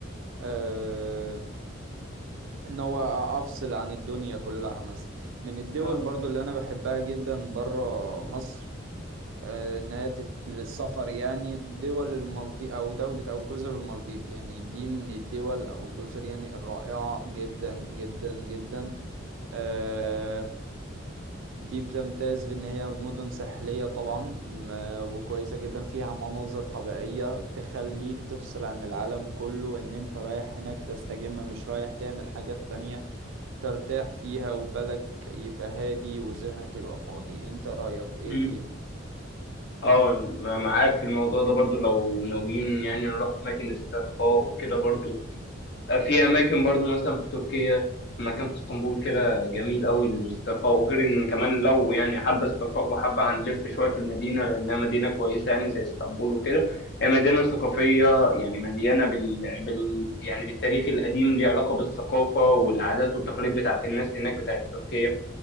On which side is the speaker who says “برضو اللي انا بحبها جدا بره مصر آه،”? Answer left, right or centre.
Right